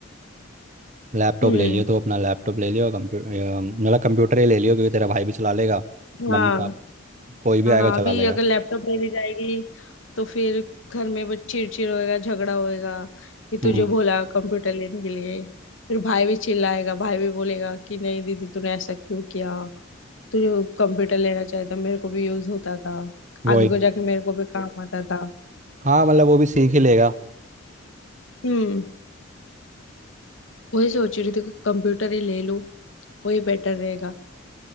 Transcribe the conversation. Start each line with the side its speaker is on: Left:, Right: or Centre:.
Right: लैपटॉप
Left: हम्म।
Right: ले लियो तो अपना लैपटॉप ले लियो कंप्यूटर मतलब कंप्यूटर ही ले लियो क्योंकि तेरा भाई भी चला लेगा
Left: हाँ
Right: मम्मी पापा कोई भी
Left: हाँ
Right: आएगा
Left: अभी
Right: चला लेगा
Left: अगर लैपटॉप नहीं ले जाएगी तो फिर घर में बस चिड़चिड़ होएगा झगड़ा होएगा कि
Right: हम्म
Left: तुझे बोला कंप्यूटर लेने के लिए फिर भाई भी चिल्लाएगा भाई भी बोलेगा कि नहीं दीदी तूने ऐसा क्यों किया तुझे कंप्यूटर लेना चाहिए था मेरे को भी यूज होता था
Right: वही
Left: आगे को जाके मेरे को भी काम आता था
Right: हाँ मतलब वो भी सीख ही लेगा
Left: हम्म वही सोच रही थी कंप्यूटर ही ले लूं वही बेटर रहेगा